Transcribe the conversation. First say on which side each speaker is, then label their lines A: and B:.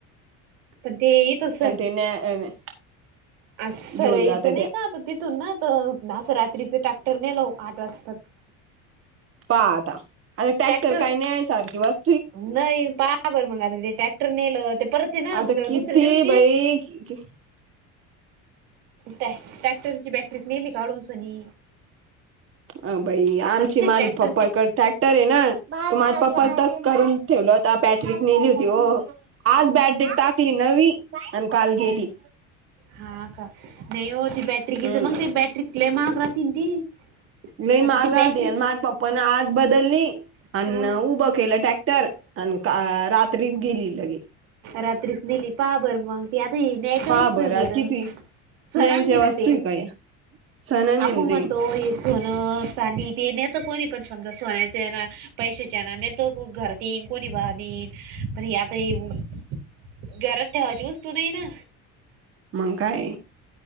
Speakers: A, on the right (about 80°); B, on the right (about 40°).
A: पण ते तस
B: <unintelligible>
A: अस सरायचं
B: घेऊन जाते
A: नाही
B: त्या
A: का तिथून ना तर असं रात्रीच टॅक्टर नेलो आठ वाजताच
B: पा आता आता टॅक्टर
A: ट्रॅक्टर
B: काही नाही आहे सारखी बस
A: नाही पाहा बर मग आता ते ट्रॅक्टर नेलं. ते परतते ना
B: आता किती
A: दुसऱ्या दिवशी
B: बाई कि-
A: टॅ ट्रॅक्टरची बॅटरी नेली काढून सनी.
B: अ भाई आमची
A: आता ते
B: माझ
A: ट्रॅक्टरची
B: माल पप्पाडे ट्रॅक्टर आहे ना त माझप्पा
A: हा
B: तस करून ठेवलं होता बॅटरी नेली होती हो आज बॅटरी टाकली नवी. आणि काल गेली.
A: हा का नाही हो त बॅटरी किच
B: हम्म
A: मग ते बॅटरी कले महाग राहतील ती <unintelligible>
B: लय
A: आता
B: महाग
A: ती बॅटरी
B: आणि माय पप्प न आज बदलली आणि
A: हा
B: उभं केलं टॅक्स तर रात्रीच गेली लगे.
A: रात्रीच नेली पाहा बर मग. ते आता हे न्याच्या
B: पहा
A: वस्तूहे
B: बरं आज
A: बर
B: किती
A: सनागी
B: न्यायच्या
A: ना
B: वस्तू
A: ते
B: आहे का या सण
A: आपुन म्हणतो
B: ते
A: सोनं चांदी ते नेत कोणी पण समजा सोन्याचेना पैशाच्या ना न घर येईन कोणी बाणीन पण आता येऊ घरात ठेवायची वस्तू नाहीय ना.
B: मग काय